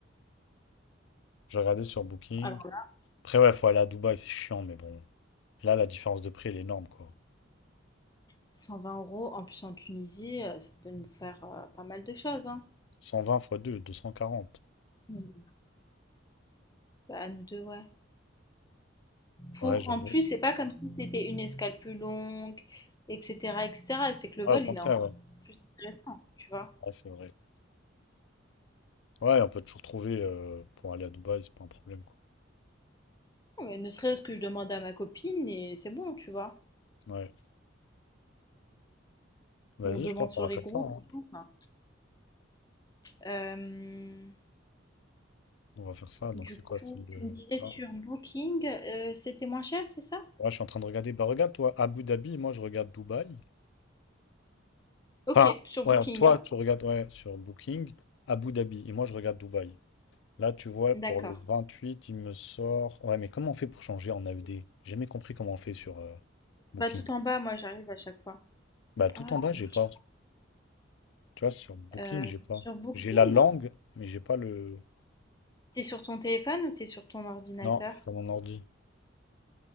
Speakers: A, on the left (about 65°); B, on the left (about 20°).
A: J'ai regardé sur Booking.
B: alors,
A: Après, ouais, faut aller à Dubaï, c'est chiant, mais bon. Là, la différence de prix, elle est énorme, quoi.
B: 120 euros, en plus en Tunisie, euh, ça peut nous faire euh, pas mal de choses, hein.
A: cent vingt fois deux deux cent quarante
B: Mais nous- bah, à nous deux, ouais.
A: Ouais,
B: Pour,
A: j'avoue.
B: en plus, c'est pas comme si c'était une escale plus longue, etc., etc. C'est que le
A: Ouais,
B: vol,
A: au contraire,
B: il est encore
A: ouais.
B: plus intéressant, tu vois.
A: Ouais, c'est vrai. Ouais, on peut toujours trouver euh, pour aller à Dubaï, c'est pas un problème, quoi.
B: Mais ne serait-ce que je demande à ma copine et c'est bon, tu vois.
A: Ouais. Vas-y,
B: Ou on demande
A: je crois
B: sur
A: qu'on va
B: les
A: faire
B: groupes
A: ça, hein.
B: et tout, enfin. Euh,
A: On va faire ça. Donc,
B: du
A: c'est quoi?
B: coup,
A: C'est le
B: tu me disais
A: vingt
B: sur Booking, euh, c'était moins cher, c'est ça?
A: Ouais, je suis en train de regarder. Bah, regarde, toi, Abu Dhabi, moi, je regarde Dubaï.
B: Ok,
A: Enfin,
B: sur
A: ouais,
B: Booking,
A: toi,
B: hein.
A: tu regardes, ouais, sur Booking, Abu Dhabi. Et moi, je regarde Dubaï. Là, tu vois, pour
B: D'accord.
A: le 28 il me sort. Ouais, mais comment on fait pour changer en AED? J'ai jamais compris comment on fait sur euh, Booking.
B: Bah tout en bas, moi j'arrive à chaque fois.
A: Bah, tout
B: Ah,
A: en
B: ça
A: bas, j'ai
B: marche.
A: pas. Tu vois, sur Booking,
B: pas. Euh,
A: j'ai pas.
B: sur Booking,
A: J'ai la langue, mais j'ai pas le.
B: t'es sur ton téléphone ou t'es sur ton ordinateur?
A: Non, je suis sur mon ordi.